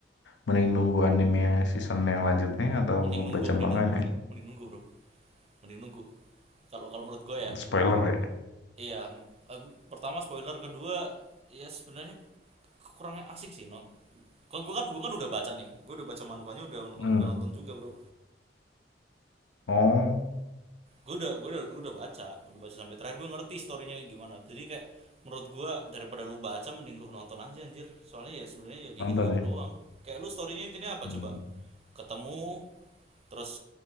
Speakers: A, on the left (about 75°); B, on the right (about 35°).
A: Mending nunggu anime season yang lanjutnya atau
B: Mending nunggu,
A: baca
B: mending
A: manganya?
B: nunggu bro, mending nunggu bro, mending nunggu. Kalau kalau menurut gue ya,
A: Spoiler ya?
B: Iya, em, pertama spoiler, kedua ya sebenarnya kurangnya asik sih non. Kan gue kan gue kan udah baca nih, gue udah baca manhwanya, udah
A: Hmm.
B: udah nonton juga bro.
A: Oh,
B: Gue udah gue udah gue udah baca, udah baca sampai terakhir gue ngerti storynya gimana. Jadi kayak menurut gue daripada lu baca mending lu nonton aja anjir. Soalnya ya sebenarnya ya kayak
A: nonton
B: gitu-gitu
A: ya?
B: doang. Kayak lu storynya intinya apa
A: Hmm.
B: coba? Ketemu, terus